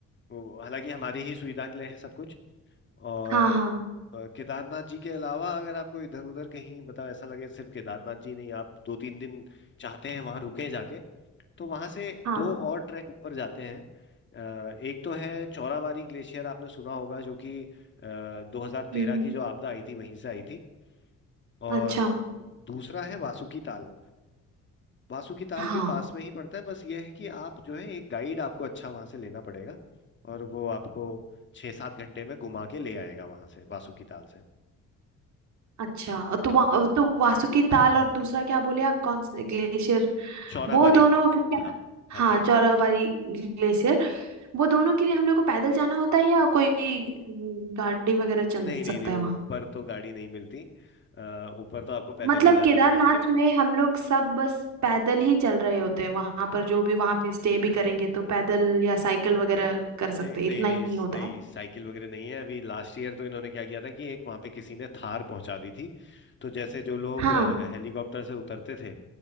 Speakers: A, on the left (about 40°); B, on the right (about 70°).
A: वो- हालांकि हमारी ही सुविधा के लिए है सब कुछ और
B: हाँ हाँ
A: अ, केदारनाथ जी के अलावा अगर आपको इधर उधर कहीं मतलब ऐसा लगे सिर्फ केदारनाथ जी नहीं आप दो तीन दिन चाहते हैं वहां रुके जाके तो वहां से
B: हाँ
A: दो और ट्रैक ऊपर जाते हैं अ, एक तो है चौराबाड़ी ग्लेशियर आपने सुना होगा जो कि अ, 2013
B: हम्म
A: की जो आपदा आई थी वहीं से आई थी और
B: अच्छा
A: दूसरा है वासुकी ताल वासुकी ताल
B: हाँ
A: भी पास में ही पड़ता है बस ये है कि आप जो है एक गाइड आपको अच्छा वहां से लेना पड़ेगा और वो आपको छः सात घंटे में घुमा के ले आएगा वहां से वासुकी ताल से
B: अच्छा तो वा, तो वासुकी ताल और दूसरा क्या बोले आप कौन से ग्लेशियर
A: चौराबाड़ी
B: वो दोनों क- क्या
A: हाँ हाँ
B: हाँ
A: जी
B: चौराबाड़ी ग्लेशियर वो दोनों के लिए हम लोग को पैदल जाना होता है या कोई अम, गाड़ी वगैरह चल
A: नहीं
B: सकता
A: नहीं नहीं वो
B: है वहाँ
A: ऊपर तो गाड़ी नहीं मिलती अ, ऊपर तो आपको पैदल
B: मतलब
A: ही जाना
B: केदारनाथ
A: पड़ेगा
B: में हम लोग सब बस पैदल ही चल रहे होते हैं वहां पर जो भी वहां पे स्टे भी करेंगे तो पैदल या साइकिल वगैरह कर सकते
A: नहीं
B: हैं
A: नहीं
B: इतना
A: नहीं इस-
B: ही होता
A: नहीं
B: है
A: साइकिल वगैरह नहीं है अभी लास्ट ईयर तो इन्होंने क्या किया था कि एक वहां पे किसी ने थार पहुंचा दी थी तो जैसे जो लोग
B: हाँ
A: अ, हेलीकॉप्टर से उतरते थे